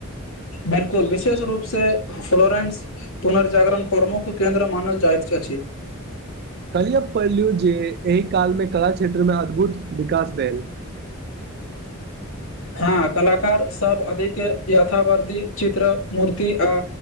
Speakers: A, on the left (about 75°); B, on the right (about 50°).
A: बिल्कुल विशेष रूपसँ फ्लोरेंस पुनर्जागरण प्रमुख केन्द्र मानल जाइत अछि
B: कहलि हम पढ़लू जे एहि काल मे कला क्षेत्र में अद्भुत विकास भेल
A: हँ कलाकार सब अधिक यथावर्धी चित्र मूर्ति आ